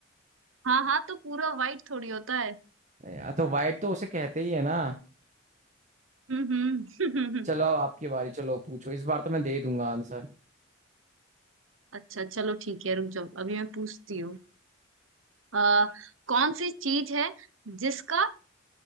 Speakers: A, on the right; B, on the right.
A: हाँ हाँ तो पूरा वाइट थोड़ी होता है
B: या तो वाइट तो उसे कहते ही है ना
A: हम्म हम्म
B: चलो
A: <laughs>
B: अब आपकी बारी चलो पूछो इस बार तो मैं दे दूंगा आंसर
A: अच्छा चलो ठीक है रुक जाओ अभी मैं पूछती हूँ आ कौन सी चीज है जिसका